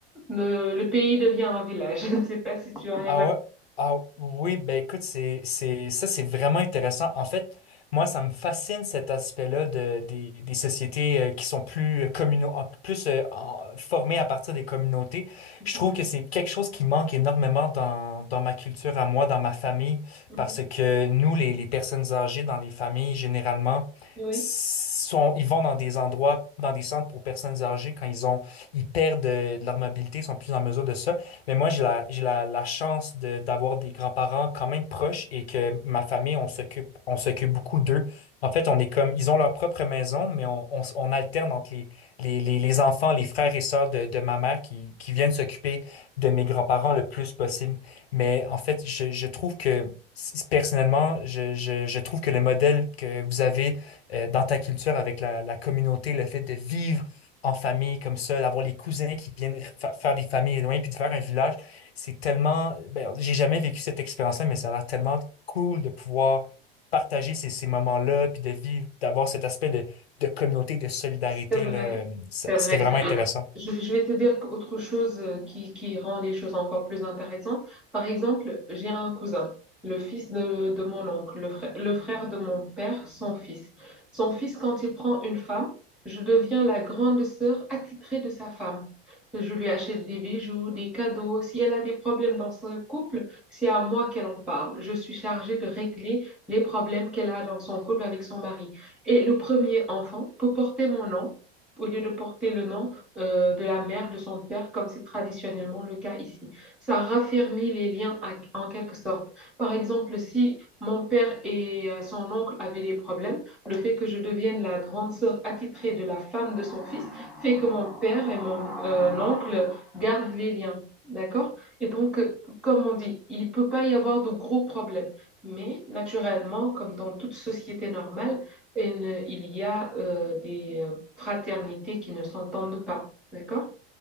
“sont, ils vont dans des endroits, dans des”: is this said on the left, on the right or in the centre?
Left